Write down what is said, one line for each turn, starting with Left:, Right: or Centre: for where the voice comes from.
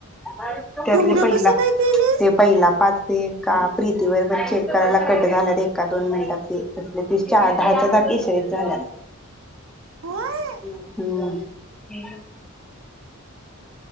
Centre: त्यातलं
Right: एवढं
Centre: पहिला
Right: कसं काय केलीस
Centre: ते पहिला पाच. ते का प्रीतीबरोबर चेक करायला कट झाल्यात, एका दोन मिनिटात ते तस त दहाच्या दहा केशरीत झाल्यात. हम्म.
Right: होय.